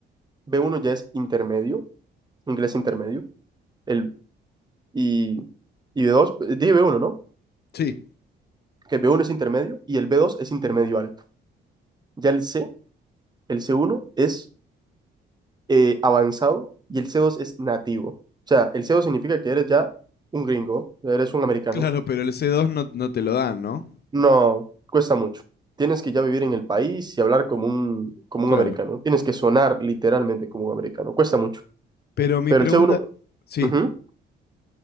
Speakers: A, on the right; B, on the left.
A: b uno ya es intermedio, inglés intermedio. El, y, y b dos, eh, dije b uno, ¿no?
B: Sí,
A: Que el b uno es intermedio y el b dos es intermedio alto. Ya el C, el c uno es eh, avanzado y el c dos es nativo. O sea, el c dos significa que eres ya un gringo, eres un americano.
B: claro, pero el c dos no, no te lo dan, ¿no?
A: No, cuesta mucho. Tienes que ya vivir en el país y hablar como un, como
B: Claro.
A: un americano. Tienes que sonar literalmente como un americano. Cuesta mucho.
B: Pero mi
A: Pero
B: pregunta,
A: el C1,
B: sí.
A: ujú,